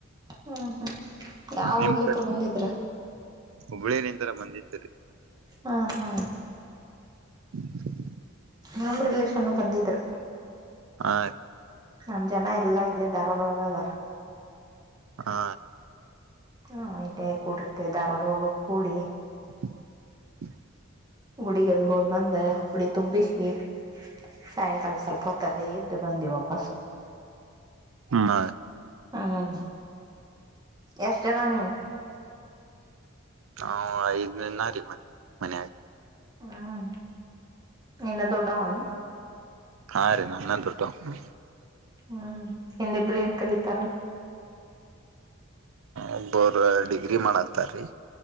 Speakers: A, on the right; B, on the right.
A: ಹ್ಮ್ ಹ್ಮ್ ಯಾವ
B: ನಿಮ
A: ಊರ್ಲಿತ್ರ
B: ಕಡೆ
A: ಬಂದಿದ್ರ
B: ಹುಬ್ಬಳ್ಳಿ ನಿನ್ ತರ ಬಂದಿದ್ದರಿ
A: ಹಾ ಹಾ
B: ಹ
A: ನಮ ರಿಲಷನ್ ಬಂದಿದ್ರು
B: ಆ
A: ನಮ್ ಜನ ಎಲ್ಲಾ ಇಲ್ಲಿ ದಾರವಾಡಗದೋಳಗ ಇದ್ದಾರ
B: ಹಾ
A: ಹಾ ಇಲ್ಲೇ ಕೂಡಿರ್ತೇವೆ ಧಾರ್ವಾಡ ಹೋಗ ಕೂಡಿ
B: <unintelligible>
A: ಗುಡಿಗ ಅದು ಹೋಗಿ ಬಂದ ಉಡಿ ತುಂಬಿಸಿ ಸಾಯ ಕಲ್ ಸ್ವಲ್ಪ ಹೊತ್ತಲೇ ಇದ್ದು ಬಂದಿ ವಾಪಸ್
B: ಹಾ
A: ಹ ಎಷ್ಟದ ನೀವು
B: ಹಾ ಐದ್ನ ರೀ ಮ ಮನಗ
A: ಹ್ಮ್ ನಿನ್ನ ತೊಡ ಅಣ
B: ಹಾ ರೀ ನಾನ್ನ ದೊಡ್ಡ ವ
A: ಹ್ಮ್ ಇನ್ನಿಬ್ರು ಏನ್ ಕಲಿತಾರ
B: ಒಬ್ಬರು ಡಿಗ್ರಿ ಮಾಡತಾರೀ